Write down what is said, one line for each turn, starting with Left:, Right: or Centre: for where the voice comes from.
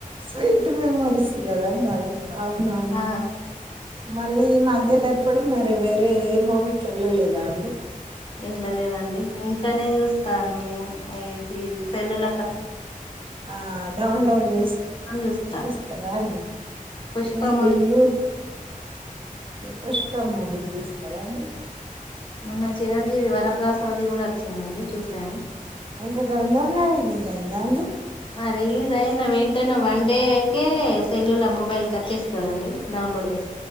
Right: స్వీట్ మెమొరీస్ కదా మ అవునవును
Left: ఆ
Right: మళ్ళీ ఈ మధ్యలో ఎప్పుడు మరి వేరే ఏ మూవీకి వెళ్ళలేదా అండి
Left: వెళ్ళలేదండి ఇంట్లోనే చూస్తాను మేము అయేసి సెల్లులో కొ
Right: ఆ డౌన్లోడ్ చేస్కొని
Left: చూస్తా
Right: చూస్తరా అండి
Left: పుష్ప
Right: మీరు
Left: మూవీ
Right: యూత్ పుష్ప మూవీ చూస్తారా అండి
Left: మొన్న చిరంజీవి వరప్రసాద్ కూడా వచ్చిందండి చూశాను
Right: ఎంత తొందరగా రీలీజయిందా అండి
Left: ఆ రిలీజయిన వెంటనే వన్ డేకే సెల్లులో మొబైల్కి వచ్చేస్తదండి డౌన్లోడ్ చేస్